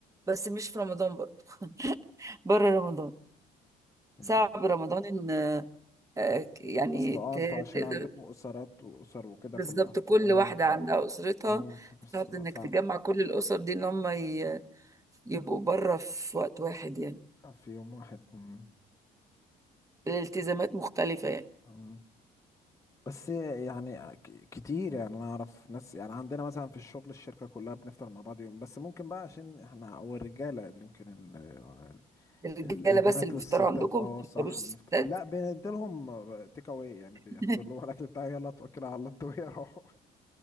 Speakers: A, on the right; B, on the left.
A: بس مش في رمضان برضه بره رمضان
B: إيه
A: صعب
B: ده؟
A: رمضان ان آه، يعني
B: اصل اه
A: ت-
B: انتوا عشان
A: تقدر
B: عندكم اسرات واسر وكده
A: بالظبط
B: كل واحد
A: كل
B: اه
A: واحدة
B: ف-
A: عندها أسرتها
B: اه ف- بس
A: صعب
B: تبقى
A: انك
B: صعبة
A: تجمع كل الأسر دي ان هم ي- يبقوا بره في وقت واحد يعني
B: في يوم واحد مم.
A: الالتزامات مختلفة يعني
B: مم. بس يعني ك- كتير يعني انا اعرف ناس يعني عندنا مثلا في الشغل الشركة كلها بنفطر مع بعض يوم بس ممكن بقى عشان احنا او الرجالة اللي يمكن ال-
A: الرجالة
B: البنات
A: بس اللي
B: والستات
A: بيفطروا عندكم
B: اه
A: ما بتفطروش
B: صح
A: الستات
B: بنفت... لا بنديلهم تيك اواي يعني
A: <laughs>
B: بياخدوا اللي هو الاكل بتاعي يلا اتوكل على الله انتوا يروحوا